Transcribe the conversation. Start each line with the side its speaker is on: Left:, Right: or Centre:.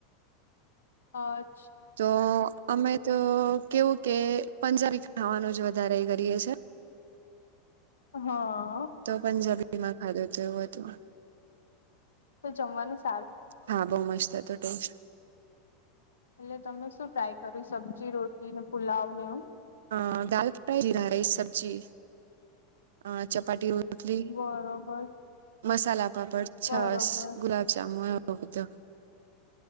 Left: હ
Right: તો અમે તો કેવું કે પંજાબી ખાવાનું જ વધારે વધારે કરીએ છીએ
Left: હ
Right: તો પંજાબીમાં ખાધુ હતું એવું બધું
Left: તો જમવાનુંશું
Right: હા બહુ મસ્ત તો ટેન્શન
Left: એટલે તમે શું ટ્રાય કર્યું સબ્જી રોટી ને પુલાવ ને એવું
Right: હા દાલ ફ્રાય જીરા રાઈસ સબ્જી અ ચપાટી ઉતલી
Left: બરોબર.
Right: મસાલા પાપડ
Left: બરોબર
Right: છસ ગુલાબજાબુ બ તો